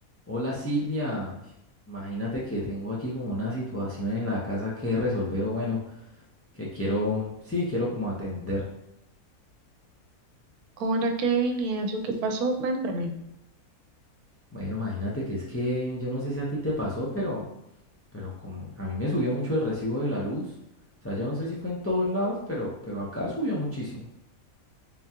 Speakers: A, on the left; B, on the right.
A: Hola Silvia, imagínate que tengo aquí como una situación en la casa que resolver o bueno, que quiero, sí, quiero como atender.
B: Hola Kevin, ¿y eso qué pasó? Cuéntame.
A: Bueno, imagínate que es que yo no sé si a ti te pasó, pero, pero como a mí me subió mucho el recibo de la luz. O sea, yo no sé si fue en todos lados, pero, pero acá subió muchísimo.